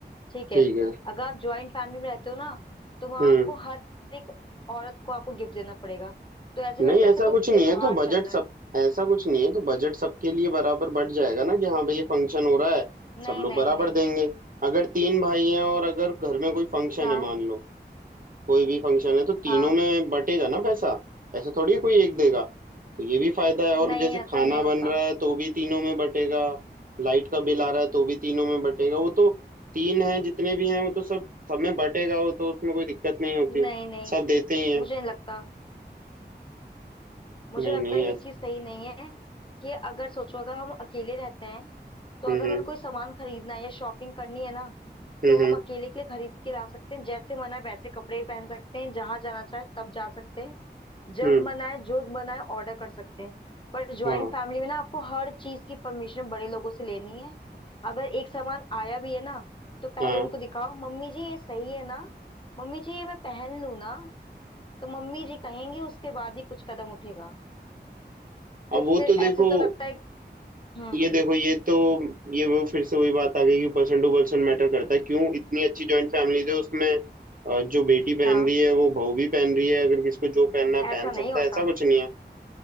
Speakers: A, on the left; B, on the right.
A: ठीक
B: ठीक
A: है
B: है
A: अगर आप ज्वाइंट फैमिली में रहते हो ना तो वहां
B: हम्म
A: आपको हर एक औरत को आपको गिफ्ट देना पड़ेगा तो ऐसे लगता
B: नहीं ऐसा
A: है ऐसा कोई
B: कुछ नहीं
A: त्योहार
B: है तो बजट
A: चल रहा
B: सब
A: है
B: ऐसा कुछ नहीं है तो बजट सबके लिए बराबर बढ़ जाएगा ना कि हाँ भाई ये फंक्शन हो रहा है
A: नहीं
B: सब लोग
A: नहीं
B: बराबर
A: नहीं
B: देंगे अगर तीन भाई हैं और अगर घर में कोई फंक्शन
A: हाँ
B: है मान लो कोई भी फंक्शन है तो तीनों
A: हाँ
B: में बटेगा ना पैसा ऐसा थोड़ी है कोई एक देगा तो ये भी फायदा है और
A: नहीं
B: जैसे
A: ऐसा
B: खाना
A: नहीं होता
B: बन रहा है तो भी तीनों में बटेगा लाइट का बिल आ रहा है तो भी तीनों में बटेगा वो तो तीन है जितने भी हैं वो तो सब सब में बटेगा वो तो उसमें कोई दिक्कत नहीं होती
A: नहीं नहीं
B: सब देते ही हैं
A: मुझे नहीं लगता मुझे
B: नहीं
A: लगता
B: नहीं
A: है ये
B: ऐस-
A: चीज सही नहीं है कि अगर सोचो अगर हम अकेले रहते हैं तो
B: हम्म
A: अगर हमें
B: हम्म
A: कोई सामान खरीदना है या शॉपिंग करनी है ना
B: हम्म
A: तो हम अकेले के लिए खरीद के ला सकते हैं जैसे मन है वैसे कपड़े पहन सकते हैं जहां जाना चाहे तब जा सकते हैं जब
B: हम्म हम्म,
A: मन आए जो मन आए ऑर्डर कर सकते हैं पर ज्वाइंट
B: हाँ
A: फैमिली में ना आपको हर चीज की परमिशन बड़े लोगों से लेनी है अगर एक सामान आया भी है ना तो पहले
B: हाँ
A: उनको दिखाओ मम्मी जी ये सही है ना मम्मी जी ये मैं पहन लूं ना तो मम्मी जी कहेंगे उसके बाद ही कुछ कदम उठेगा तो
B: अब वो
A: फिर
B: तो देखो
A: ऐसे तो लगता है हम्म
B: ये देखो ये तो ये वो फिर से वही बात आ गई कि पर्सन टू पर्सन मैटर करता है क्यों इतनी अच्छी जॉइंट फैमिलीज है उसमें अ, जो बेटी पहन
A: हाँ
B: रही है वो बहू भी पहन रही है अगर किसको जो पहनना है
A: ऐसा
B: पहन
A: नहीं
B: सकता
A: होता
B: है ऐसा कुछ नहीं है